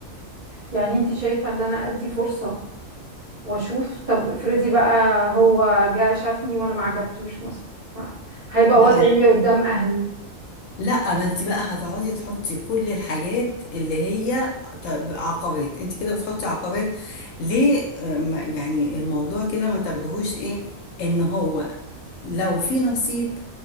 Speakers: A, on the right; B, on the left.
A: يعني انت شايفة ان انا ادي فرصة واشوف طب افرضي بقى هو جه شافني وانا ما عجبتوش مثلا ما- هيبقى
B: بقى
A: وضعي إيه قدام اهلي
B: لا ما انت بقى هتقعدي تحطي كل الحاجات اللي هي طب- عقبات انت كده بتحطي عقبات ليه آه، ما- يعني الموضوع كده ما تاخدهوش ايه ان هو لو في نصيب